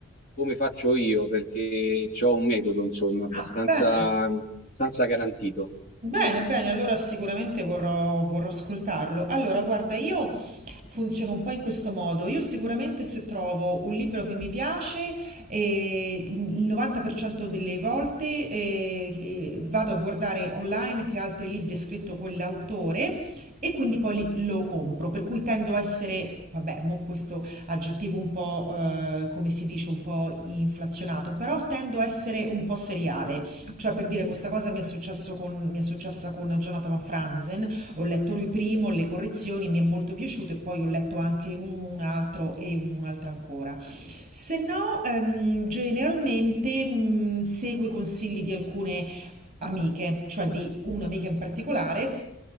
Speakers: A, on the left; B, on the right.
A: come faccio io, perché ho un metodo, insomma, abbastanza,
B: Ah, bene.
A: abbastanza garantito.
B: Bene, bene, allora sicuramente vorrò, vorrò ascoltarlo. Allora, guarda, io funziono un po' in questo modo. Io sicuramente se trovo un libro che mi piace, eh, il 90% delle volte eh, che vado a guardare online che altri libri ha scritto quell'autore e quindi poi li- lo compro. Per cui tendo a essere, vabbè, mo questo aggettivo un po', eh, come si dice, un po' inflazionato, però tendo a essere un po' seriale. Cioè, per dire, questa cosa mi è successo con, mi è successa con Jonathan Van Franzen, ho letto il primo, le correzioni, mi è molto piaciuto e poi ho letto anche un altro e un'altra ancora. Se no, ehm, generalmente mh, seguo i consigli di alcune amiche, cioè di un'amica in particolare,